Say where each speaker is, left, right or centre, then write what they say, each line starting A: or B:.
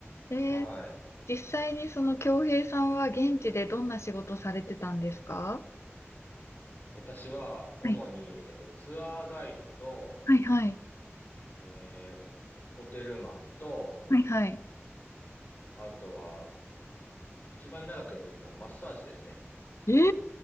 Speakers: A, on the left; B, on the left.
A: えー、
B: はい。
A: 実際にその京平さんは現地でどんな仕事されてたんですか
B: 私は主に、
A: はい
B: えっと、ツアーガイドと、
A: はいはい。
B: えー、ホテルマンと、
A: はいはい。
B: あとは一番長くやってたのはマッサージですね。
A: ええ